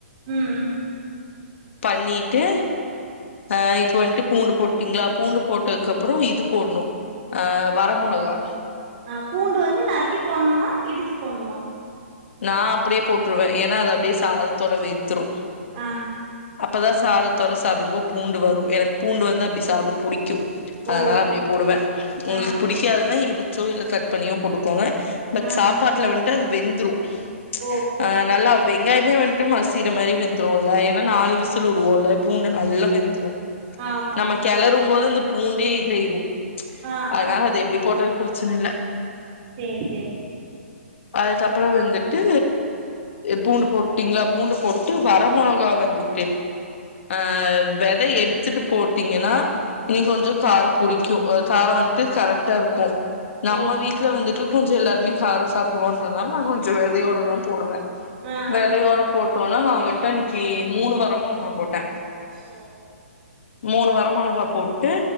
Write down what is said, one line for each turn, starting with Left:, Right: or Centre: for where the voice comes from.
Right: ம் ம்
Left: பண்ணிட்டு அ இப்ப வன்ட்டு பூண்டு போட்டீங்ளா பூண்டு போட்டதுக்கப்றொ இது போட்ணு அ வரமொளகா
Right: ஆ பூண்டு வந்து நறுக்கி போன்ணுமா இடுச்சு போண்ணுமா
Left: நா அப்புடியே போட்ருவே ஏன்னா அது அப்டியே சாதத்தோட வெந்துரு
Right: அ அ
Left: அப்பதா சாதத்தோட சாப்டும்போ பூண்டு வரு எனக் பூண்டு வந்து அப்டி சாப்ட புடிக்கு அதுனால
Right: ஓ
Left: அப்டியே போடுவ உங்ளுக்கு
Right: ஆ
Left: புடிக்காதுனா இடு ச்சோ இல்ல கட் பண்ணியோ போடுக்கோங்க பட்
Right: ஆ
Left: சாப்பாட்ல
Right: ஆ ஆ
Left: வன்ட்டு அது வெந்துரு
Right: ஓ
Left: <inaudible> அ நல்லா வெங்காயமே வன்ட்டு மசியிற மாரி வெந்துருல்ல ஏன்னா நாலு விசில் உடுவோல்ல பூண்டு நல்லா வெந்துரு
Right: ஆமா
Left: நம்ம கெளரும் போதுந்த பூண்டு இதயிரு
Right: ஆ
Left: அதுனால
Right: ஆ
Left: அது எப்டி போட்டாலு பிரச்சனல்ல
Right: சேர் சேரி
Left: அதுக்கப்புறொ வந்து ட்டு பூண்டு போட்டீங்களா பூண்டு போட்டு வர மொளகா வந்து ஆ எடுத்துட்டு போட்டீங்கன்னா இன்னைக்கு கொஞ்சம் காரம் புடிக்கும் காரம் வந்துட்டு கரெக்டா இருக்கும் நம்ம
Right: ஓ
Left: வீட்டுல வந்துட்டு கொஞ்சம் எல்லாருமே கார சாப்பிடுவோன்றதுனால நா விதையோடு தான் போடுவேன்
Right: ஆ
Left: வெதயோட
Right: ஆ
Left: போட் ஆனா நான் வந்துட்டு அன்னைக்கி மூனு வரமெளாக போட்டேன்
Right: ஓ
Left: மூணு வர மொளகா போட்டு